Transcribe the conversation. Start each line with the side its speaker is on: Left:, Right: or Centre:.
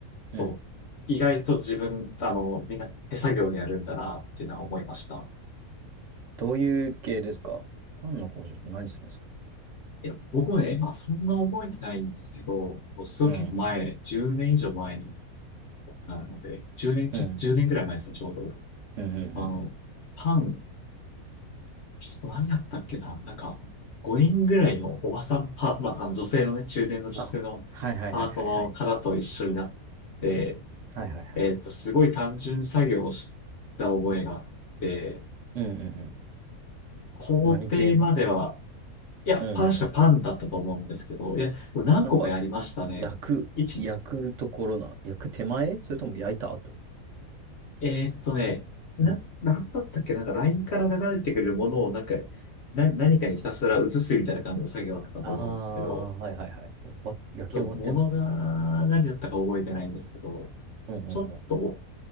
Left: そう、
Right: うん。
Left: 意外と自分、あの、みんな手作業でやるんだなっていうのは思いました。
Right: どういう系ですかパンの工場って何するんですか
Left: いや、僕もね、今そんな覚えてないんですけど、もうすごい結構前、
Right: うん。
Left: 10年以上前になるので、10年、ちょ、
Right: うん。
Left: 1年ぐらい前ですね、ちょうど。
Right: うん。うん。うんうん
Left: あの、パン、何やったっけななんか、5人ぐらいのおばさんパー、まあ、あの女性のね、中年の女性のパートの方と一緒になって、
Right: あ、はいはいはいはいはい。はいはいはい。
Left: えっと、すごい単純作業をした覚えがあって、
Right: うんうん
Left: 工程までは、
Right: うん。何系の
Left: いや、
Right: うんうんうん。
Left: 確かパンだったと思うんですけど、いや、何個かやりましたね。
Right: なんか、焼く、
Left: いち
Right: 焼くところな、焼く手前それとも焼いた後
Left: えーっとね、な、
Right: うん。
Left: なんだったっけなんか LINE から流れてくるものをなんか、な、何かにひたすら移すみたいな感じの作業だったと思うんですけど、
Right: ああ、はいはいはい。終わ焼き終わってんのかな
Left: そう、ものが何だったか覚えてないんですけど、
Right: うんうんうん。
Left: ちょっと、